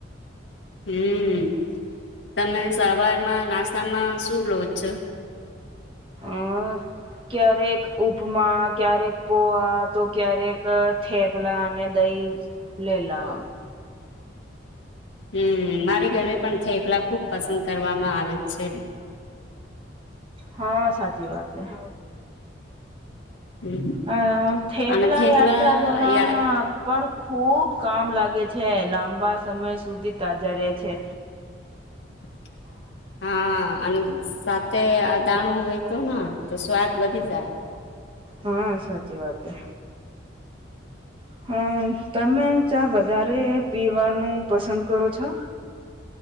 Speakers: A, on the left; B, on the right.
A: હમ તમે સવારમાં નાસ્તામાં શું લો છો
B: અમ ક્યારે ઉપમા ક્યારેક પોવા તો ક્યારેક થેપલા અને દહીં લેલા
A: <inaudible> હમ મારે ઘરે પણ થેપલા ખુબ પસંદ કરવામાં આવે છે.
B: હા સાચી વાત હે.
A: હમ
B: અ થેપલા
A: અને થેપલા
B: યાત્રા દોરન
A: યા
B: પણ ખુબ કામ લાગે છે લાંબા સમય સુધી તાજા રહે છે.
A: <inaudible> હા અને સાથે દાણું હોયતો ને તો સ્વાદ વધી જાય
B: હા સાચી વાત હે હા તમે ચા વધારે પીવાનું પસંદ કરો છો